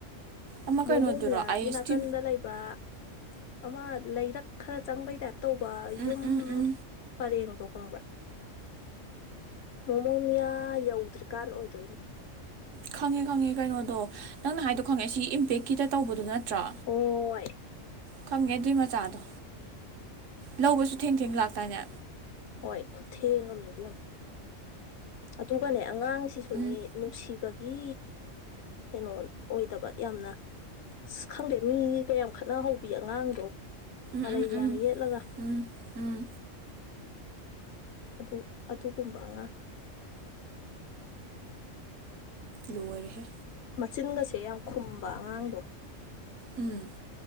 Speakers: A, on the right; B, on the left.
A: ꯑꯃ
B: ꯃꯣꯃꯣ
A: ꯀꯩꯅꯣꯗꯨꯔꯣ
B: ꯃꯌꯥꯒꯤ
A: ꯑꯥꯏ ꯑꯦꯁ
B: ꯅꯥꯀꯟꯗ
A: ꯇꯤ
B: ꯂꯩꯕ ꯑꯃ ꯂꯩꯔꯛ ꯈꯔ ꯆꯪꯕꯩ ꯇꯥꯏꯞ ꯇꯧꯕ ꯌꯨꯝ
A: ꯎꯝ ꯎꯝ ꯎꯝ
B: ꯄꯔꯦꯡꯗꯣ ꯍꯪꯕ꯭ꯔꯥ ꯃꯣꯃꯣꯃꯤꯌꯥ ꯌꯧꯗ꯭ꯔꯤꯀꯥꯟ ꯑꯣꯏꯗꯣꯏꯅꯦ
A: ꯈꯪꯉꯦ ꯈꯪꯉꯦ ꯀꯩꯅꯣꯗꯣ ꯅꯪꯅ ꯍꯥꯏꯗꯣ ꯈꯪꯉꯦ ꯁꯤ ꯏꯝꯄꯦꯛꯀꯤꯗ ꯇꯧꯕꯗꯨ ꯅ ꯇ꯭ꯔꯥ
B: ꯍꯣꯏ
A: ꯈꯪꯉꯦ ꯑꯗꯨꯏ ꯃꯆꯥꯗꯣ ꯂꯧꯕꯁꯨ ꯊꯦꯡ ꯊꯦꯡ ꯂꯥꯛꯇꯅꯦ
B: ꯍꯣꯏ ꯈꯨꯠꯊꯦꯛꯉꯝꯅꯦꯕꯤꯌ ꯑꯗꯨꯒꯅꯦ ꯑꯉꯥꯡꯁꯤꯁꯨꯅꯤ
A: ꯎꯝ
B: ꯅꯨꯡꯁꯤ ꯕꯒꯤ ꯀꯩꯅꯣ ꯑꯣꯏꯗꯕ ꯌꯥꯝꯅ ꯑ ꯈꯪꯗꯦ ꯃꯤ ꯀꯌꯥꯝ ꯈꯠꯅꯍꯧꯕꯤ ꯑꯉꯥꯡꯗꯣ
A: ꯎꯝ
B: ꯃꯔꯩ
A: ꯎꯝ
B: ꯀꯌꯥꯝ
A: ꯎꯝ
B: ꯌꯦꯠꯂꯒ
A: ꯎꯝ ꯎꯝ
B: ꯑꯗꯨ ꯑꯗꯨꯒꯨꯝꯕꯉꯥ
A: ꯂꯣꯏꯔꯦꯍꯦ
B: ꯃꯆꯤꯟꯒꯁꯦ ꯌꯥꯝ ꯈꯨꯝꯕ ꯑꯉꯥꯡꯗꯣ
A: ꯎꯝ